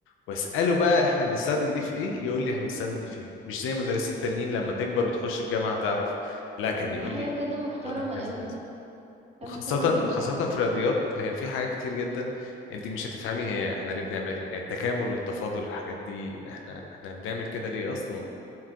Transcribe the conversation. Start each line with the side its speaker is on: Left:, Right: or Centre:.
Left: وأسأله بقى إحنا بنستخدم دي في إيه يقول لي إحنا بنستخدم دي في إيه مش زي مدرسين تانيين لما تكبر وتخش الجامعة هتعرف لا كان
Right: دي
Left: يقول
Right: حاجة
Left: لي
Right: بجد
Left: دي
Right: محترمة
Left: بتستخدم في كذا
Right: أوي،
Left: كذا
Right: حاجة
Left: وخاصة
Right: محترمة جدًا.
Left: خاصة في الرياضيات هي في حاجات كتير جدا انت مش هتفهمي هي
Right: إمم،
Left: احنا ليه بنعملها يعني التكامل والتفاضل الحاجات دي احنا احنا بنعمل كده ليه اصلا
Right: إمم،